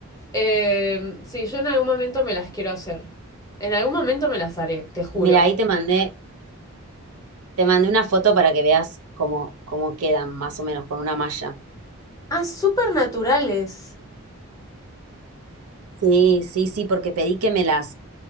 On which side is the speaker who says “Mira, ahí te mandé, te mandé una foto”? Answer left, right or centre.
Right